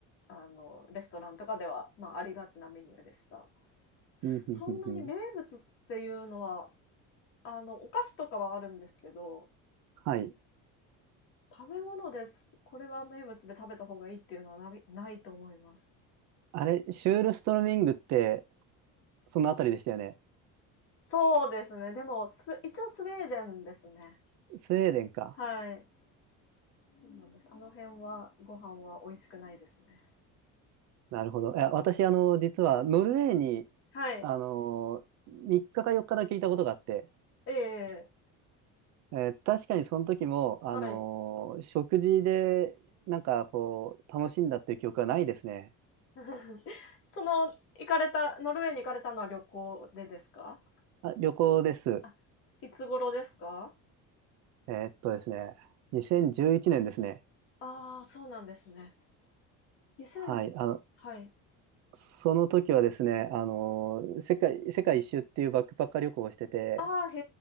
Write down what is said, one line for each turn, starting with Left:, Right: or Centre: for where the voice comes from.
Left: うあのレストランとかでは、まあ、ありがちなメニューでした
Right: うんうんうんうん。
Left: そんなに名物っていうのはあのお菓子とかはあるんですけど
Right: はい。
Left: 食べ物ですこれは名物で食べた方がいいっていうのはないないと思います
Right: あれ、シュールストロミングって、そのあたりでしたよね。
Left: そうですねでもす一応スウェーデンですね
Right: スウェーデンか。
Left: はいそうなんですあの辺はご飯は美味しくないですね
Right: なるほど。いや、私、あの、実は、ノルウェーに、
Left: はい
Right: あの、3日か4日だけいたことがあって、
Left: ええ
Right: えー確かにその時も、あの、
Left: はい
Right: 食事で、なんか、こう、楽しんだっていう記憶はないですね。
Left: <laughs> その、行かれた、ノルウェーに行かれたのは旅行でですか？
Right: あ、旅行です。
Left: あ、いつ頃ですか？
Right: えーっとですね、2011年ですね。
Left: ああー、そうなんですね。2000
Right: はい、あの、
Left: はい。
Right: その時はですね、あの、世界、世界一周っていうバックパッカー旅行をしてて、
Left: ああ、へ